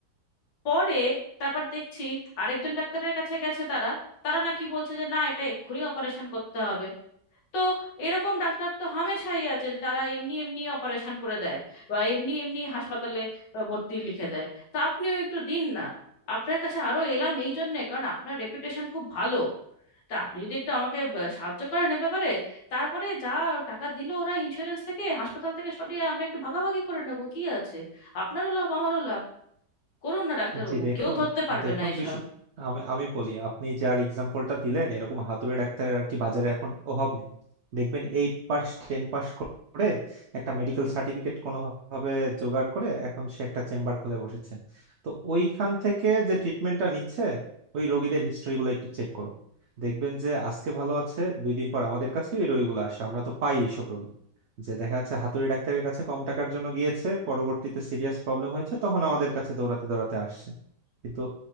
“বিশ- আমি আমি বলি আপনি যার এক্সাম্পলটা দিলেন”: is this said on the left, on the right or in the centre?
Right